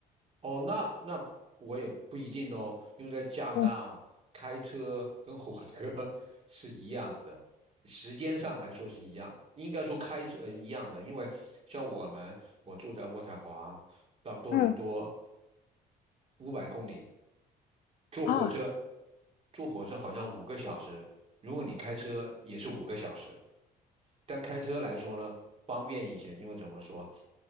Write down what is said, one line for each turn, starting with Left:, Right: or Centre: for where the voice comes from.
Right: 哦，那那我也不一定哦，因为在加拿大开车跟火车
Left: 嗯
Right: <laughs> 是一样的，时间上来说是一样，应该说开车呃一样的，因为像我们我住在渥太华到多伦多
Left: 嗯
Right: 五百公里，坐火车
Left: 啊
Right: 坐火车好像五个小时，如果你开车也是五个小时。但开车来说呢，方便一些，因为怎么说